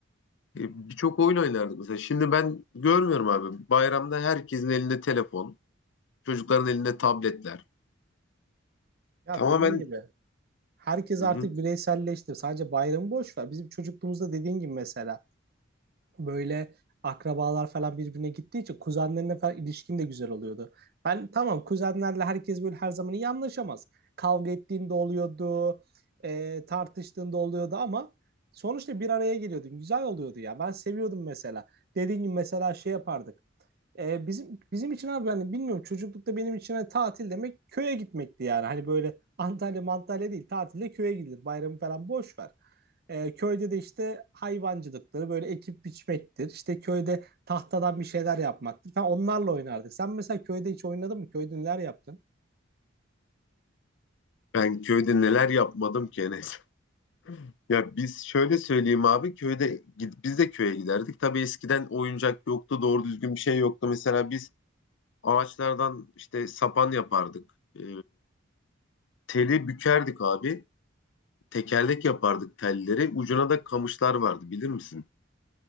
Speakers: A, on the left; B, on the right.
A: E, Birçok oyun oynardık mesela. Şimdi ben görmüyorum abi. Bayramda herkesin elinde telefon, çocukların elinde tabletler.
B: Ya
A: Tamamen
B: dediğin gibi herkes
A: Hı
B: artık
A: hı.
B: bireyselleşti. Sadece bayramı boş ver. Bizim çocukluğumuzda dediğin gibi mesela böyle akrabalar falan birbirine gittiği için kuzenlerine falan ilişkin de güzel oluyordu. Ben tamam kuzenlerle herkes böyle her zaman iyi anlaşamaz. Kavga ettiğinde oluyordu, e, tartıştığında oluyordu ama sonuçta bir araya geliyordun. Güzel oluyordu ya. Ben seviyordum mesela. Dediğim gibi mesela şey yapardık. E, bizim bizim için abi yani bilmiyorum çocuklukta benim için hani tatil demek köye gitmekti yani. Hani böyle Antalya Mantalya değil tatilde köye gidilir. Bayramı falan boş ver. E, köyde de işte hayvancılıkları böyle ekip biçmektir. İşte köyde tahtadan bir şeyler yapmaktır falan onlarla oynardık. Sen mesela köyde hiç oynadın mı? Köyde neler yaptın?
A: Ben köyde neler yapmadım ki Enes. <laughs> Ya biz şöyle söyleyeyim abi köyde gid- biz de köye giderdik. Tabii eskiden oyuncak yoktu, doğru düzgün bir şey yoktu. Mesela biz ağaçlardan işte sapan yapardık. Ee, teli bükerdik abi. Tekerlek yapardık telleri. Ucuna da kamışlar vardı bilir misin?